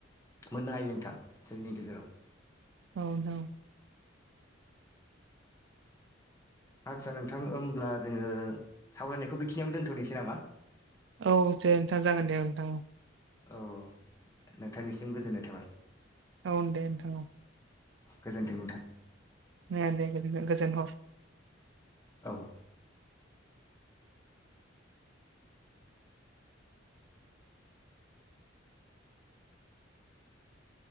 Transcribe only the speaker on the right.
औ नोंथां औ।
औ दे नोंथां जागोन दे नोंथां।
औ दे औ।
<inaudible> गोजोन हर।